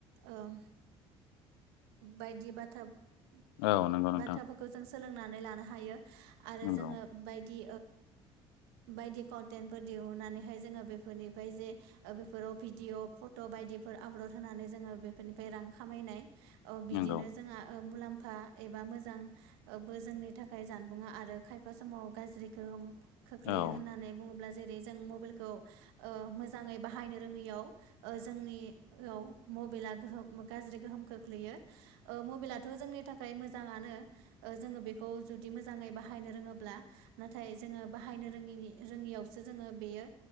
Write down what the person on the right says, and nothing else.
ओं। बायदि बाथ्रा बाथ्राफोरखौ
जों सोलोंनानै लानो हायो आरो
जोङो बायदि बायदि कन्टेन्टफोर दिहुननानैहाय जोङो बेफोरनिफ्राय जे बेफोराव भिडिअ फट' बायदिफोर आपलड होनानै जोङो बेफोरनिफ्राय रां खामायनाय बिदिनो
जोंहा मुलाम्फा एबा मोजां जोंनि थाखाय जानबुंङा आरो खायफा समाव गाज्रिखौ खोख्लैयो
होननानै
बुङोब्ला जेरै जों मबाइलखौ मोजाङै बाहायनो रोङैयाव जोंनियाव मबाइला गोहोम गाज्रि गोहोम खो खख्लैयो। मबाइला थ' जोंनि थाखाय मोजाङानो जोङो बेखौ जुदि मोजाङै बाहायनो रोङोब्ला। नाथाय जोङो बाहायनो रोङिनि रोङियावसो जोङो बेयो